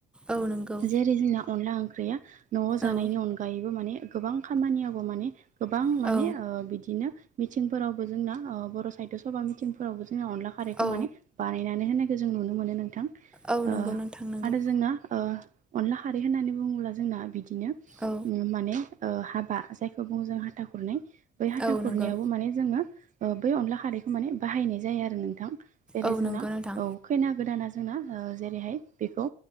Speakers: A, in the centre; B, on the right.
A: औ नंगौ
B: जेरै जोंना अनला ओंख्रि या न'आव जानायनि
A: औ
B: अनगायैबो माने गोबां खामानियावबो माने गोबां
A: औ
B: माने ओ बिदिनो मिथिंफोरावबो जोंना बर' साहित्य सभा मिथिंफोरावबो जों जोंना अनला खारैखौ
A: औ
B: माने बानायनानै होननायखौ जों नुनो मोनो नोंथां
A: औ
B: ओ
A: नंगौ नोंथां नंगौ
B: आरो जोंना ओ अनला हारै होननानै बुङोब्ला जोंना बिदि बिदिनो
A: औ
B: माने ओ हाबा जायखौ बुङो जों हाथा खुरनाय बै हाथा
A: औ
B: खुरनायावबो
A: नंगौ
B: माने जोङो ओ बै अनला खारैखौ माने बाहायनाय जायो आरो नोंथां जेरै
A: औ
B: जोंना
A: नंगौ नोंथां
B: औ खैना गोदाना जोंना ओ जेरैहाय बेखौ